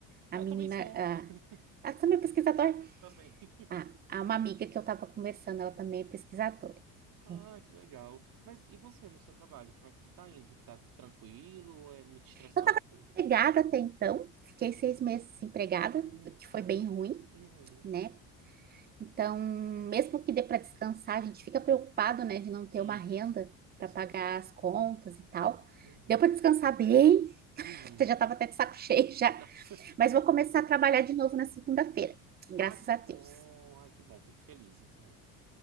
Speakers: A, on the right; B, on the right.
A: A
B: Ah,
A: menina,
B: Eu também sou.
A: ah,
B: <laughs>
A: ela também é pesquisadora.
B: Também. <laughs>
A: Ah, há uma amiga que eu estava conversando, ela também é pesquisadora.
B: Ah,
A: É. Eu
B: que legal. Mas e você no seu trabalho? Como é que tá indo? Tipo, tá tranquilo ou é muito estressante?
A: estava desempregada até então, fiquei seis meses desempregada, o
B: Hum,
A: que
B: tá.
A: foi bem ruim,
B: Uhum.
A: né? Então, mesmo que dê para descansar, a gente fica preocupado, né, de não
B: Sim,
A: ter uma renda
B: com, cer- com
A: para
B: certeza.
A: pagar as contas e tal.
B: Uhum.
A: Deu para descansar bem, <laughs>
B: Uhum.
A: já estava até de saco <laughs> cheio já,
B: <laughs>
A: mas vou começar a trabalhar de novo na segunda-feira, graças
B: Ah, que
A: a
B: bom.
A: Deus.
B: Ah, que bom. Fico feliz, então.